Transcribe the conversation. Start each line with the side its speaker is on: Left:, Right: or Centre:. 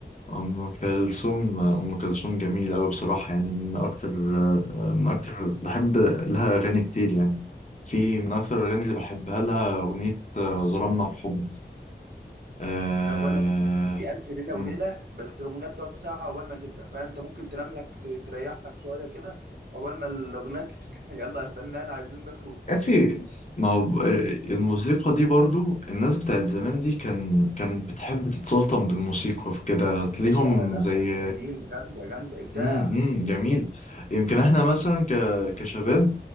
Left: أم كلثوم أم كلثوم جميلة أوي بصراحة يعني من أكتر من أكتر بحب لها أغاني كتير يعني في من أكتر الأغاني اللي بحبها لها أغنية ظلمنا الحب آه...
Right: لا بقول لك في ألف ليلة
Left: مم.
Right: وليلة بس الأغنية بتقعد ساعة عقبال ما تبدأ فاهم أنت ممكن تنام لك ت- تريح لك شوية كده عقبال ما الأغنية تبدأ <laughs> يلا يا فنان عايزين نخلص
Left: يا أخي ما هو ب- الموسيقى دي برضو الناس بتاعت زمان دي كان كانت بتحب تتسلطن بالموسيقى في كده تليهم
Right: يا باشا لا
Left: زي
Right: ده جميل جامدة جامدة إبداع
Left: امم جميل يمكن احنا مثلا ك... كشباب